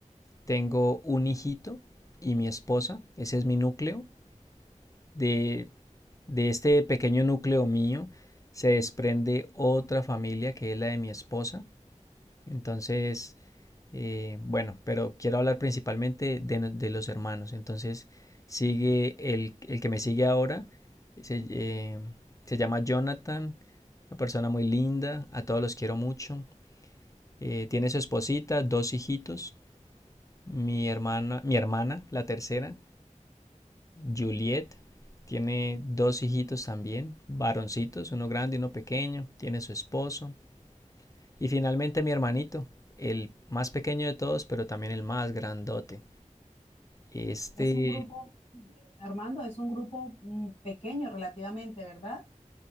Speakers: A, on the left; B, on the left.
A: tengo un hijito y mi esposa, ese es mi núcleo. De, de este pequeño núcleo mío se desprende otra familia que es la de mi esposa. Entonces, eh, bueno, pero quiero hablar principalmente de, no- de los hermanos. Entonces, sigue el, el que me sigue ahora, se, eh, se llama Jonathan, una persona muy linda, a todos los quiero mucho. Eh, tiene su esposita, dos hijitos, mi hermana, mi hermana, la tercera, Juliet tiene dos hijitos también, varoncitos, uno grande y uno pequeño, tiene su esposo. Y finalmente mi hermanito, el más pequeño de todos, pero también el más grandote. Este...
B: Es un grupo, Armando, es un grupo mm, pequeño relativamente, ¿verdad?